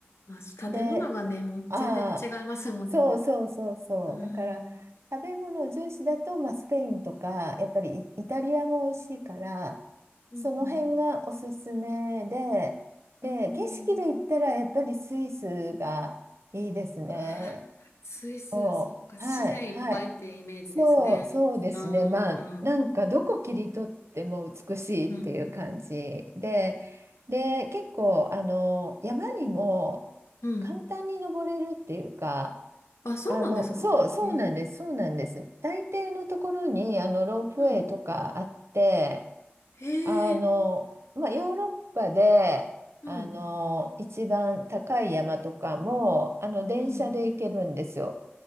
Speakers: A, on the left (about 85°); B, on the right (about 80°).
A: まあ、
B: で、
A: 建物がね、もう全然違いますもんね。
B: ああ、そうそうそうそう。
A: うん。
B: だから、食べ物重視だと、まあ、スペインとか、やっぱりイ、イタリアも美味しいから、
A: うんうん。
B: その辺がおすすめで、で、
A: うん。
B: 景色で言ったら、やっぱりスイスがいいですね。
A: ああ、スイス、
B: こう、
A: そっか、自然いっぱいってイメージですね。
B: はい、はい。そう、そうですね。
A: ああ、うん
B: まあ、なんかどこ切り取っても美しいっていう感じで、
A: うん
B: で、結構、あの、山にも
A: うん。
B: 簡単に登れるっていうか、
A: あ、そうなんですかえ、
B: あの、そう、そうなんです、そうなんです。大抵のところに、あの、ロープウェイとかあって、
A: うん。へえ、
B: あの、まあ、ヨーロッパで、
A: うん。
B: あの、一番高い山とかも、あの、電車で行けるんですよ。
A: うん。